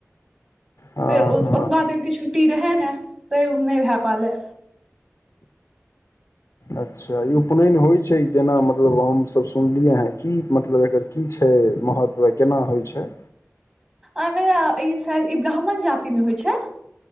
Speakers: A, on the left; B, on the right.
A: हँ
B: तऽ ओ
A: हँ
B: ओतबा दिन के छुटी रहै ने तैं उ नै भे पालै
A: अच्छा ई उपनयन होइ छै जेना मतलब हमसभ सुनलियै हँ, मतलब एकर की छै? महत्व केना होइ छै?
B: अहाँ, ई शायद ब्राह्मण जातिमे होइ छै।